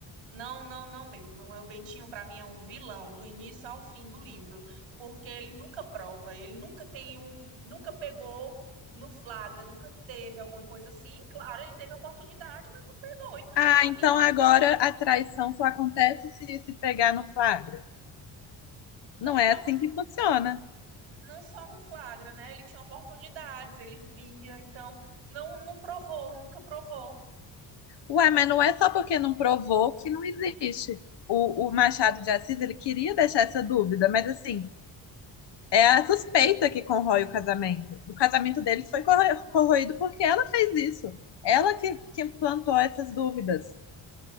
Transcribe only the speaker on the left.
Ah,
então
agora a traição só acontece se se pegar no flagra.
Não
é assim
que funciona.
Ué, mas não é só porque não provou que não existe. O, o Machado de Assis, ele queria deixar essa dúvida, mas assim, é a suspeita que corrói o casamento. O casamento deles foi corro- corroído porque ela fez isso. Ela que, que plantou essas dúvidas.